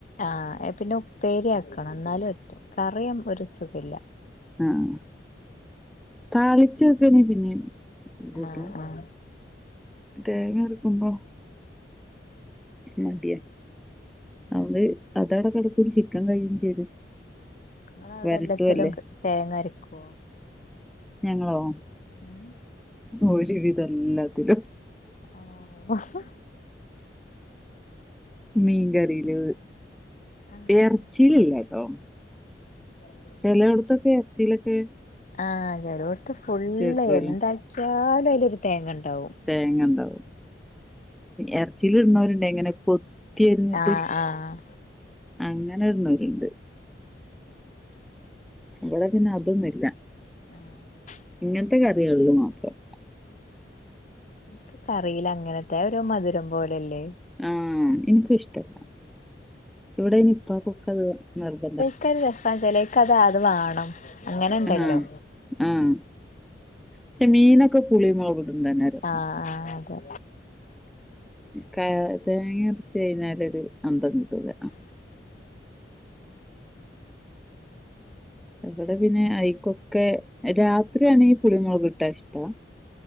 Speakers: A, on the left; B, in the centre.
A: ആഹ്, എ പിന്നെ ഉപ്പേരി ആക്കണം ന്നാലുപറ്റും കറിആവുമ്പോ ഒരു സുഖല്ല.
B: ആഹ് താളിച്ചൊക്കേ പിന്നിം കൂട്ടും.
A: ആഹ് ആഹ്
B: തേങ്ങ അരക്കുമ്പോ മടിയാ അവോണ്ട് അതവടെ കടക്കും ചിക്കൻ കഴിയും ചെയ്ത്.
A: ഇങ്ങളെ അവിടെ
B: വരട്ടുവല്ലേ
A: എല്ലത്തിലും തേങ്ങ അരക്കോ?
B: ഞങ്ങളോ?
A: ഏഹ്
B: ഒരു വിധല്ലാത്തിലും
A: ആഹ്
B: മീൻ കറീല്
A: ആഹ്
B: ഏർച്ചിയിലില്ലാട്ടോ.
A: <inaudible>
B: ചെലോട്ത്തൊക്കെ എറച്ചീലൊക്കെ
A: ആഹ്, ചെലോട്ത് ഫുള്ള്
B: വെക്കുവല്ലോ
A: എന്താക്കിയാലും അയിലൊരു തേങ്ങ ണ്ടാവും.
B: തേങ്ങണ്ടാവും എർച്ചീല് ഇടുന്നവരുണ്ട് എങ്ങനെ കൊത്തിയരിഞ്ഞിട്ട്
A: ആഹ് ആഹ്
B: അങ്ങനെ ഇട്‌ന്നോര്ണ്ട് ഇവിടെ പിന്നെ അതൊന്നുല്ല
A: ആഹ്
B: ഇങ്ങൻത്തെ കറികളില് മാത്രം
A: ക്ക് കറീല് അങ്ങനത്തെ ഒരു മധുരം പോലല്ലേ
B: ആഹ് ഇൻക്ക് ഇഷ്ടല്ല ഇവിടെയ്നി ഇപ്പാക്കൊക്കെ അത് നിർബന്ധ
A: ക്ക ഒരു രസാൺചാല് ഇക്കത് അത് വാണം അങ്ങനെണ്ടല്ലോ
B: ആഹ് ആഹ് ക്ഷെ മീനൊക്കെ പുളി മുളക് ക്കുന്നന്നാ രസം
A: ആഹ് ആഹ് അതെ
B: ക തേങ്ങ അരച്ച് കഴിഞ്ഞാലൊരു അന്തം കിട്ടൂല ഇവിടെ പിന്നെ ഐക്കൊക്കെ രാത്രിയാണെങ്കിൽ പുളി മുളക് ഇ ട്ട ഇഷ്ടാ